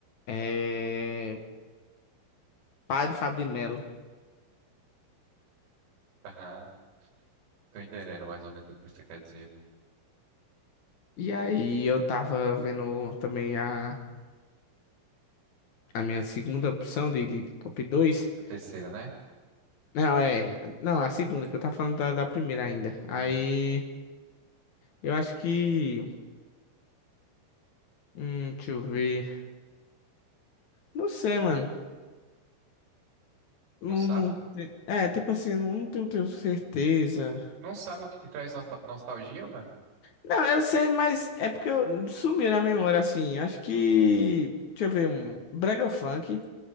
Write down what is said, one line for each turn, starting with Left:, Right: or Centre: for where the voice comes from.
Left: É Padre Fábio de Melo.
Right: Aham, tô entendendo mais ou menos o que você quer dizer, mano.
Left: E aí eu tava vendo também a, a minha segunda opção de, de top 2.
Right: A terceira, né?
Left: Não, é. Não, a segunda, que eu tava falando da, da primeira ainda.
Right: Hum,
Left: Aí eu acho que. Hum, deixa eu ver. Não sei, mano.
Right: não
Left: Não,
Right: sabe?
Left: não, te- é, tipo assim, não, tenho, tenho certeza.
Right: Não sabe o que te traz nota- nostalgia, mano?
Left: Não, eu sei, mas é porque eu, sumiu na memória, assim. Acho que. Deixa eu ver, um Brega Funk